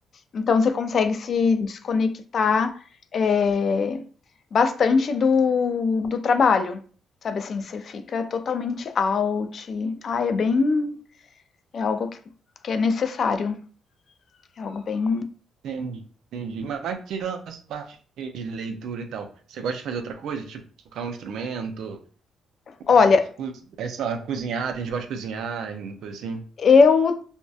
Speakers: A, on the left (about 55°); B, on the right (about 75°).
A: Então você consegue se desconectar é, bastante do, do trabalho. Sabe assim, você fica totalmente out. Ah, é bem é algo que, que é necessário. É algo bem.
B: Entendi, entendi. Mas, mas tirando essa parte de leitura e tal, você gosta de fazer outra coisa? Tipo, tocar um instrumento?
A: Olha,
B: Ou co- essa, cozinhar, tem gente que gosta de cozinhar, e coisa assim.
A: eu